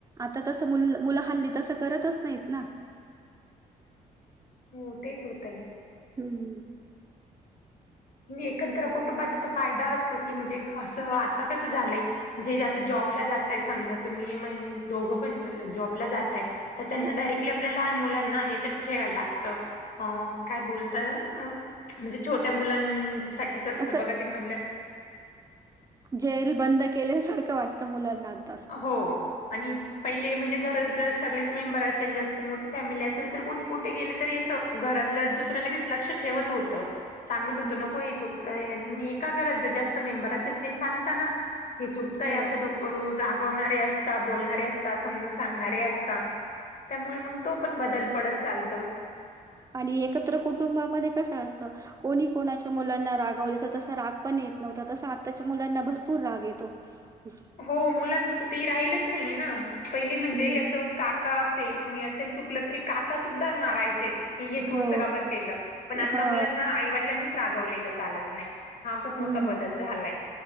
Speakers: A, on the right; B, on the left.
A: आता तस मुल मुल हल्ली तस करतच नाहीत ना.
B: हो तेच होतय.
A: हम्म
B: नी एकत्र कुटुंबाचा तो फायदा असतो की म्हणजे अस आता कस झालय. जे जे आता जॉबला जाताय समजा तुम्ही म्हणज दोघ पण जॉबला जात ताय तर त्यांना
A: हो
B: डायरेक्टली आपल्या लहान मुलांना याच्यात ठेवाव लागत. अ काय बोलता? अ म्हणजे छोट्या मुलांसाठीच असत
A: असं
B: बघा ते म्हणल्या
A: जेल बंद केल्यासारख वाटत मुलांना आत
B: हो आणि पहिले म्हणजे घरात जर सगळेच मेंबर असेल जास्त मोठी फॅमिली असेल तर कोणी कुठे गेले तरी अस घरातला दुसर लगेच लक्ष ठेवत होत. सांगत
A: हम्म
B: होतो नको हे चुकतय आणि एका घरात जर जास्त मेंबर असेल ते सांगताना. हे चुकतय
A: हो
B: अस नको करू. रागवणारे असता, बोलणारे असता, समजून सांगणारे असता. त्यामुळे मग तो पण बदल पडत चालतो.
A: आणि एकत्र कुटुंबामध्ये कस असत, कोणी कोणाच्या मुलांना रागवले तर तस राग पण येत नव्हता तस आत्ताच्या मुलांना भरपूर राग येतो. ह
B: हो मुलांच ते ही राहिलच नाहीये ना पहिली म्हणजे
A: हम्म
B: अस काका असेल कुणी असेल चुक चुकल तरी, काका सुद्धा मारायचे की हे तू
A: हो
B: अस का बर केल. पण आत्ता
A: हा
B: मुलांना आईवडिलांनीच रागवलेल चालत नाही. हा खूप मोठा
A: हम्म
B: बदल झालाय.